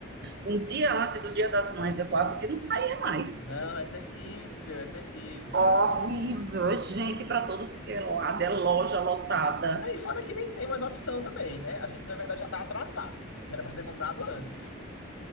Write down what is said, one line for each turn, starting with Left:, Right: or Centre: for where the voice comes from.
Right: um dia antes do Dia das Mães, eu quase que não saía mais.
Left: Não, é terrível, é terrível,
Right: Horrível,
Left: é terrível.
Right: é gente para todos que é lado, é loja lotada.
Left: Aí, fora que nem tem mais opção também, né? A gente, na verdade, já tá atrasado, que era pra ter comprado antes.